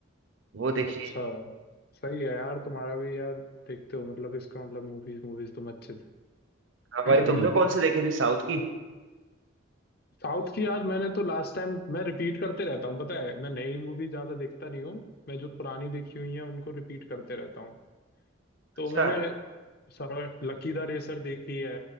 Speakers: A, on the right; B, on the left.
A: वो देखी
B: अच्छा
A: है
B: सही है यार तुम्हारा भी यार देखते हो मतलब इसका मतलब मूवीज मूवीज तुम अच्छे
A: हाँ भाई
B: से
A: तुमने
B: <clears throat>
A: कौन सी देखी थी साउथ की
B: साउथ की यार मैंने तो लास्ट टाइम मैं रिपीट करते रहता हूँ पता है मैं नई मूवी ज्यादा देखता नहीं हूँ मैं जो पुरानी देखी हुई है उनको रिपीट करते रहता हूँ तो
A: अच्छा
B: मैंने सरोज लकी द रेसर देखी है